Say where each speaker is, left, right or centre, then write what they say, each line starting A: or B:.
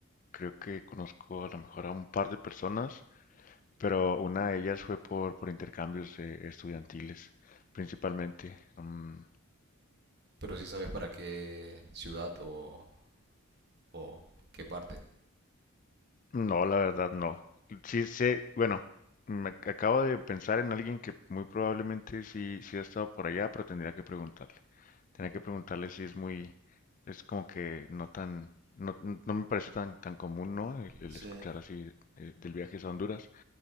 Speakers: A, on the left; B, on the right.
A: creo que conozco a lo mejor a un par de personas, pero una de ellas fue por, por intercambios eh, estudiantiles, principalmente. Mm,
B: pero si sí sabes para qué ciudad o, o qué parte.
A: No, la verdad no. Sí sé, bueno, me ac- acabo de pensar en alguien que muy probablemente sí, sí ha estado por allá, pero tendría que preguntarle. Tendría que preguntarle si es muy, es como que no tan, no, n- no me parece tan, tan común, ¿no? El, el
B: Sí.
A: escuchar así eh, del viaje a Honduras.